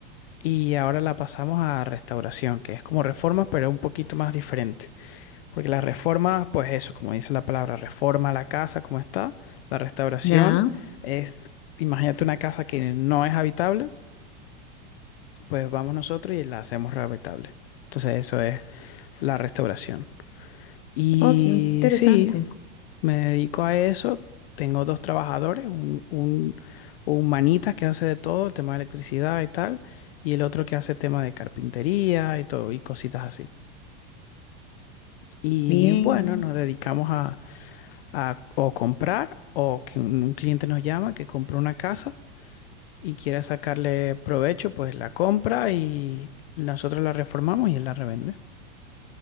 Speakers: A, on the left; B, on the left.
A: y ahora la pasamos a restauración, que es como reformas, pero un poquito más diferente. Porque la reforma, pues eso, como dice la palabra, reforma la casa como está. La restauración
B: ya.
A: es, imagínate una casa que no es habitable, pues vamos nosotros y la hacemos habitable. Entonces eso es la restauración. Y
B: Oh, qué interesante.
A: sí, me dedico a eso. Tengo dos trabajadores, un, un, un manita que hace de todo, tema de electricidad y tal, y el otro que hace tema de carpintería y todo, y cositas así. Y
B: Bien.
A: bueno, nos dedicamos a, a o comprar o que un, un cliente nos llama que compró una casa y quiera sacarle provecho, pues la compra y nosotros la reformamos y él la revende.